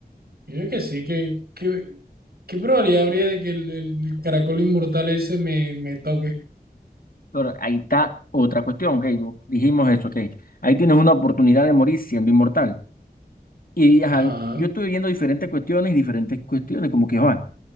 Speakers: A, on the right; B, on the left.
A: Yo diría que sí, que, que, ¿qué probabilidad habría de que el, el caracol inmortal ese me, me toque?
B: Pero ahí está otra cuestión, ok. Dijimos eso, ok. Ahí tienes una oportunidad de morir siendo inmortal. Y ajá,
A: Ajá,
B: yo estuve viendo diferentes cuestiones y diferentes cuestiones, como que, Juan,